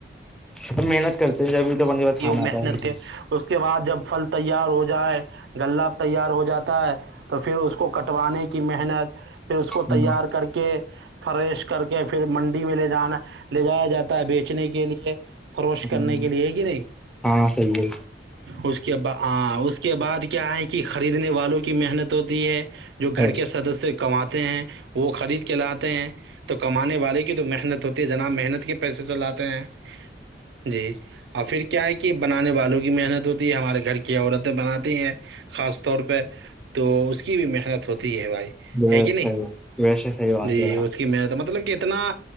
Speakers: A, in the centre; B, on the right (about 75°).
A: تو محنت کرتے ہیں ج ابھی تو اپ بسان
B: یہ
A: آتا
B: محنت
A: ہے بھی
B: کے اس کے بعد جب پھل تیار ہو جائے غلہ تیار ہو جاتا ہے تو پھر اس کو کٹوانے کی محنت پھر اس کو
A: ہمم
B: تیار کر کے فریش کر کے پھر منڈی میں لے جانا لے جایا جاتا ہے بیچنے کے لیے کروش کرنے
A: ہمم
B: کے لیے ہے کہ نہیں
A: ہاں صحیح ہے
B: اس کے ب اس کے بعد کیا آئیں گ کی خریدنے والوں کی محنت ہوتی ہے جو گھر
A: ہے
B: کے سدسیہ کماتے ہیں وہ خرید کے لاتے ہیں تو کمانے والے کی تو محنت ہوتی ہے جناب محنت کے پیسے چلاتے ہیں جی اور پھر کیا ہے کہ بنانے والوں کی محنت ہوتی ہے ہمارے گھر کی عورتیں بناتی ہیں خاص طور پہ تو اس کی بھی محنت ہوتی ہے بھائی
A: اچھا
B: ہے کہ نہیں
A: ویسے صحیح بات
B: جی
A: کر رہا
B: اس
A: آپ
B: کی مت مطلب کہ اتنا